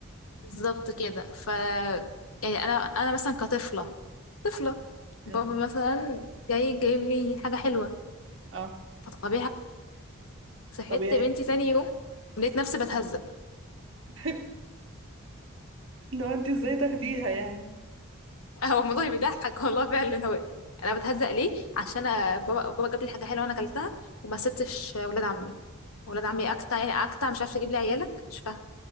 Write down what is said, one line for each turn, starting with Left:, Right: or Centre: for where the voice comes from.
Left: بالظبط كده ف يعني انا انا مثلا كطفله طفله
Right: مم.
Left: بابا مثلا جاي جايب لي حاجه حلوه
Right: اه
Left: فطبيعي صحيت
Right: طبيعي
Left: بنتي تاني يوم لقيت نفسي بتهزق
Right: <laughs> لو انت ازاي تاخديها يعني
Left: <laughs> هو الموضوع بيضحك والله فعلا هو انا بتهزق ليه عشان أنا بابا بابا جاب لي حاجه حلوه وانا اكلتها وما سبتش ولاد عمي ولاد عمي اكتع يعني اكتع مش عارفه اجيب لي عيالك مش فاهمه